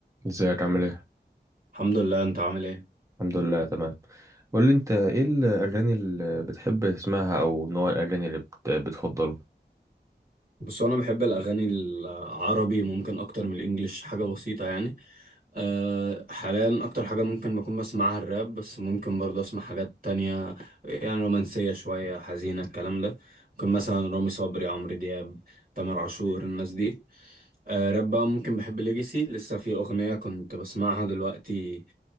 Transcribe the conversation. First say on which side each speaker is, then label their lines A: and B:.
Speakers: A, on the right; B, on the right.
A: ازيك عامل ايه؟
B: الحمد لله انت عامل ايه
A: الحمد لله تمام قول لي انت ايه الاغاني اللي بتحب تسمعها او نوع الاغاني اللي بت- بتفضله
B: بس انا بحب الاغاني العربي ممكن اكتر من الانجليش حاجه بسيطه يعني أه حاليا اكتر حاجه ممكن بكون بسمعها الراب بس ممكن برضه اسمع حاجات تانية يعني رومانسيه شويه حزينه الكلام ده ممكن مثلا رامي صبري عمرو دياب تامر عاشور الناس دي أه راب بقى ممكن بحب ليجاسي لسه في اغنيه كنت بسمعها دلوقتي